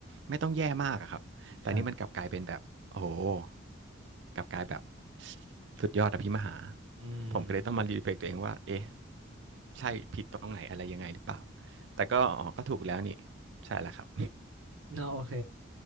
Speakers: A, on the right; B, on the right.
A: ไม่ต้องแย่มากอะครับแต่นี่มันกลับกลายเป็นแบบโอ้โห
B: ครับ
A: กลับกลายแบบสุดยอดอภิมหา
B: อืมอืมอืม
A: ผมก็เลยต้องมารีเฟล็กตัวเองว่าเอ๊ะใช่ผิดตรงไหนอะไรยังไงหรือเปล่าแต่ก็อ๋อก็ถูกแล้วนี่ใช่แล้วครับ
B: เนาะโอเค